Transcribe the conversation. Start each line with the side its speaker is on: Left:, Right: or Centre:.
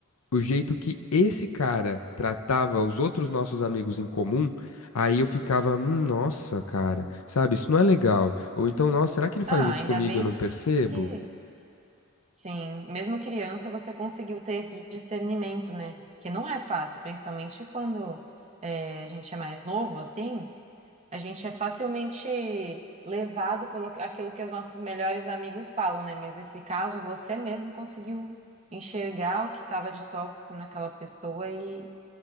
Left: o jeito que esse cara tratava os outros nossos amigos em comum, aí eu ficava, "Hum, nossa, cara, sabe, isso não é legal. Ou então, nossa, será que ele faz
Right: Ah,
Left: isso
Right: ainda
Left: comigo
Right: bem
Left: e eu não
Right: que,
Left: percebo?
Right: que, sim, mesmo criança você conseguiu ter esse discernimento, né? Que não é fácil, principalmente quando é, a gente é mais novo, assim. A gente é facilmente levado pelo aquilo que os nossos melhores amigos falam, né? Mas nesse caso, você mesmo conseguiu enxergar o que estava de tóxico naquela pessoa e,